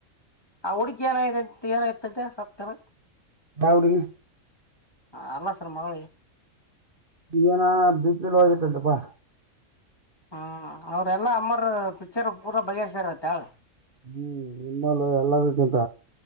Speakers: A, on the left; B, on the right.
A: ಆ ಹುಡಗ್ ಏನಾಯ್ ಏನಾಯಯತಂತೆ ಸತ್ತನ
B: ಯಾವ ಹುಡುಗಿ
A: ಹ ಅಲ್ಲ ಸರ್ ಮೌಳಿ
B: ಏನ ಬಿಪಿ ಲೋ ಆಗಿತ್ತಂತ ಪ್ಪಾ
A: ಹ್ಮ್ ಅವ್ರೆಲ್ಲಾ ಅಮ್ಮರ್ ಪಿಕ್ಚರ್ ಪೂರಾ ಬಗೆಹರೆ ಸ್ಯಾರ ಅಂತ ಹೇಳ
B: ಹ್ಮ್ ನಿಮ್ಮಾಲ ಎಲ್ಲ ವಗಂತ